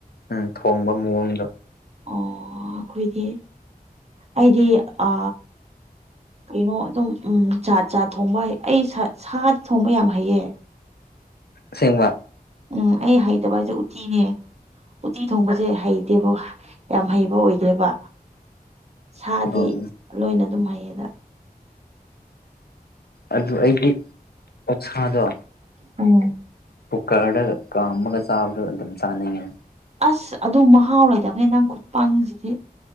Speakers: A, on the left (about 85°); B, on the right (about 45°).
A: ꯎꯝ ꯊꯣꯡꯕ ꯃꯑꯣꯡꯗꯣ
B: ꯑꯣ ꯑꯩꯈꯣꯏꯗꯤ ꯑꯩꯗꯤ ꯑ ꯀꯩꯅꯣ ꯑꯗꯨꯝ ꯎꯝ ꯖꯥꯠ ꯖꯥꯠ ꯊꯣꯡꯕ ꯍꯩꯑꯩ ꯑꯩ ꯁꯥꯗꯤ ꯊꯣꯡꯕ ꯌꯥꯝ ꯍꯩꯌꯦ
A: ꯑꯥꯁꯦꯡꯕ
B: ꯎꯝ ꯑꯩ ꯍꯩꯇꯕ ꯍꯥꯏꯁꯦ ꯎꯇꯤꯅꯦ ꯎꯇꯤ ꯊꯣꯡꯕꯁꯦ ꯍꯩꯇꯦꯕ ꯌꯥꯝ ꯍꯩꯕ ꯑꯣꯏꯗꯦꯕ ꯁꯥꯗꯤ
A: ꯑꯣ
B: ꯂꯣꯏꯅ ꯑꯗꯨꯝ ꯍꯩꯌꯦꯗ
A: ꯑꯗꯨ ꯑꯩꯗꯤ ꯑꯣꯛꯁꯥꯗꯣ
B: ꯎꯝ
A: ꯀꯨꯀꯔꯗ ꯀꯥꯝꯃꯒ ꯆꯥꯕꯗꯣ ꯑꯗꯨꯝ ꯆꯥꯅꯤꯡꯉꯦ
B: ꯑꯁ ꯑꯗꯨ ꯃꯍꯥꯎ ꯂꯩꯇꯕꯅꯤ ꯅꯪ ꯈꯨꯄꯪꯁꯤꯗꯤ